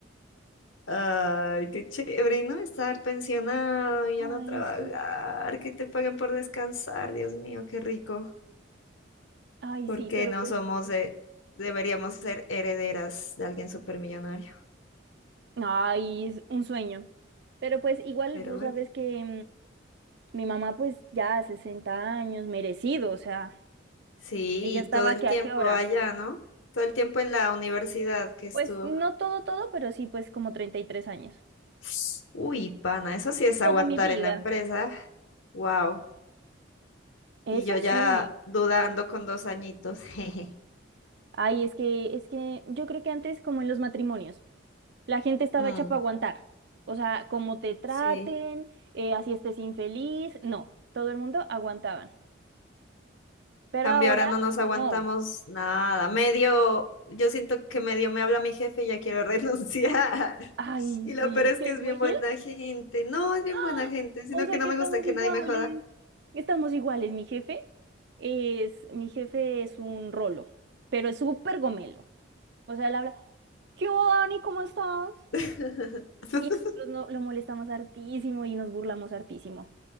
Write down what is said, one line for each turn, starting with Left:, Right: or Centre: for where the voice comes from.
Left: Ay, qué chévere, ¿no? Estar pensionado y ya no
Right: Ay,
Left: trabajar,
Right: sí.
Left: que te paguen por descansar, Dios mío, qué rico.
Right: Ay,
Left: porque
Right: sí, pero
Left: no
Right: pues...
Left: somos de, deberíamos ser herederas de alguien supermillonario.
Right: Ay, es un sueño. Pero pues igual,
Left: Pero
Right: vos
Left: bueno,
Right: sabes que mm, mi mamá pues ya 60 años, merecido, o sea,
Left: sí,
Right: ella
Left: y
Right: estaba
Left: todo el
Right: que
Left: tiempo
Right: a qué hora.
Left: allá, ¿no? Todo el tiempo en la universidad que estuvo.
Right: Pues no todo, todo, pero sí pues como 33 años.
Left: <sniffs> Uy, pana, eso sí es
Right: Toda
Left: aguantar
Right: mi vida.
Left: en la empresa. Wow.
Right: Eso
Left: Y yo ya
Right: sí.
Left: dudando con dos añitos. <laughs> Jeje.
Right: Ay, es que, es que yo creo que antes como en los matrimonios. La gente estaba
Left: Mm,
Right: hecha para aguantar. O sea, como te traten,
Left: sí.
Right: eh, así estés infeliz, no, todo el mundo aguantaban. Pero
Left: Cambio,
Right: ahora
Left: ahora no nos aguantamos
Right: no.
Left: nada. Medio, yo siento que medio me habla mi jefe y ya quiero <laughs> renunciar.
Right: Ay,
Left: Y lo
Right: sí,
Left: peor es
Right: ¿qué
Left: que
Right: es
Left: es bien
Right: muy
Left: buena
Right: gil?
Left: gente. No, es bien
Right: ¡Ah!
Left: buena gente, sino
Right: O sea
Left: que no
Right: que
Left: me
Right: estamos
Left: gusta que
Right: iguales.
Left: nadie me joda.
Right: Estamos iguales, mi jefe es, mi jefe es un rolo, pero es súper gomelo. O sea, él habla, ¿qué hubo, Dani? ¿Cómo estás?
Left: <laughs>
Right: Y nosotros no, lo molestamos hartísimo y nos burlamos hartísimo.